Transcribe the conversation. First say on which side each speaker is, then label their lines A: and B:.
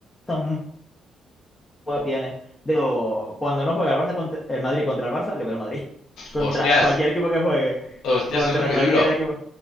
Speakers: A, on the left; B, on the left.
A: gusta mucho el juego que tiene. De, hecho, cuando no juega el Barça contra, el Madrid contra el Barça, le voy al Madrid, <laughs> contra
B: Hostias,
A: cualquier equipo que juegue,
B: hostias,
A: contra
B: eso es muy
A: cualquier
B: duro.
A: equipo,